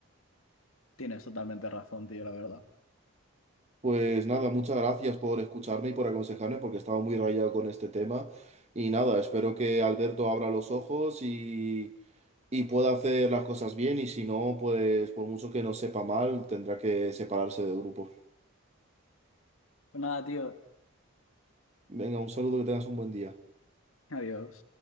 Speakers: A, on the left; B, on the right.
A: Tienes totalmente razón, tío, la verdad.
B: Pues nada, muchas gracias por escucharme y por aconsejarme porque estaba muy rayado con este tema. Y nada, espero que Alberto abra los ojos y, y pueda hacer las cosas bien y si no, pues por mucho que no sepa mal, tendrá que separarse del grupo.
A: Pues nada, tío.
B: Venga, un saludo, que tengas un buen día.
A: Adiós.